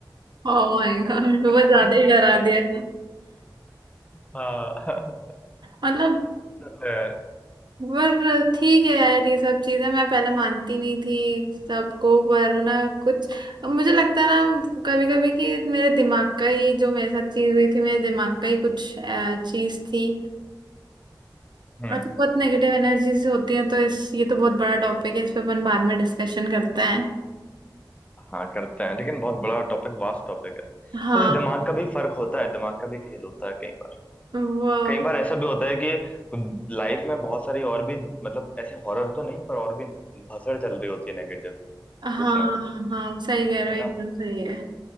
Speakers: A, on the right; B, on the left.
A: ओ माय गॉड वो
B: <laughs>
A: ज्यादा ही डरा दिया था
B: हाँ <laughs>
A: मतलब
B: चलो यार।
A: पर ठीक है यार ये सब चीजें मैं पहले मानती नहीं थी सबको पर ना कुछ मुझे लगता है ना कभी कभी कि मेरे दिमाग का ही जो मेरे साथ चीज हुई थी मेरे दिमाग का ही कुछ चीज थी
B: हम्म
A: और तो बहुत नेगेटिव एनर्जीज होती हैं तो इस ये तो बहुत बड़ा टॉपिक है इस पे अपन बाद में डिस्कशन करते हैं
B: हाँ करते हैं लेकिन बहुत बड़ा टॉपिक वास्ट टॉपिक है
A: हाँ
B: वैसे दिमाग का भी फर्क होता है दिमाग का भी खेल होता है कई बार
A: वो
B: कई बार ऐसा भी होता है कि लाइफ में बहुत सारी और भी मतलब ऐसे हॉरर तो नहीं पर और भी भसड़ चल रही होती है नेगेटिव
A: हाँ
B: कुछ ना कुछ
A: हाँ सही कह रहे
B: है
A: हो
B: ना
A: एकदम सही है